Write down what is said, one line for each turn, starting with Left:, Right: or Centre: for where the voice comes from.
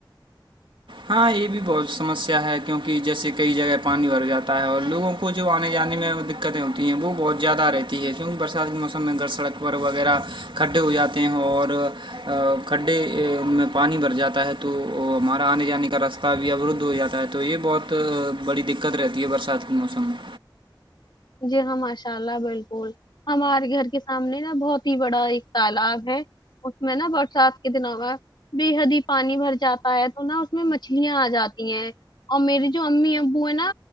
Right: ہاں یہ بھی بہت سمسیا ہے کیونکہ جیسے کئی جگہ پانی بھر جاتا ہے اور لوگوں کو جو آنے جانے میں دقتیں ہوتی ہیں وہ بہت زیادہ رہتی ہے کیونک برسات کے موسم میں گر سڑک پر وغیرہ کھڈے ہو جاتے ہیں اور کھڈے میں پانی بھر جاتا ہے تو ہمارے آنے جانے کا راستہ بھی ا روددھ ہو جاتا ہے تو یہ بہت بڑی دقت رہتی ہے برسات کے موسم میں
Left: جی ہاں ماشاء اللہ بلکل ہمارے گھر کے سامنے نا بہت ہی بڑا ایک تالاب ہے اس میں نا برسات کے دنوں میں بے حد ہی پانی بھر جاتا ہے تو نہ اس میں مچھلیاں آ جاتی ہیں اور میرے جو امی ابو ہیں نا